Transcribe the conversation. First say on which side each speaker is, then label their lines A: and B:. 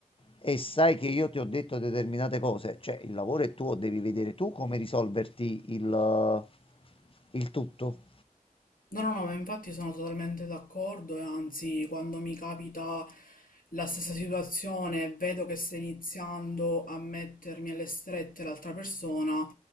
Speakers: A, on the left; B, on the left.
A: e sai che io ti ho detto determinate cose, cioè il lavoro è tuo, devi vedere tu come risolverti il, il tutto.
B: No, no, no, ma infatti sono totalmente d'accordo e anzi, quando mi capita la stessa situazione, e vedo che sta iniziando a mettermi alle strette l'altra persona,